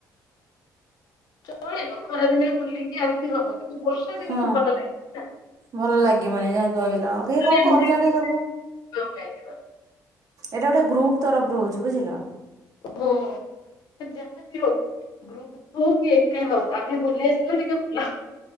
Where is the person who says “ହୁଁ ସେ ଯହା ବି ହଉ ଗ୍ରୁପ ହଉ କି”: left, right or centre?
Left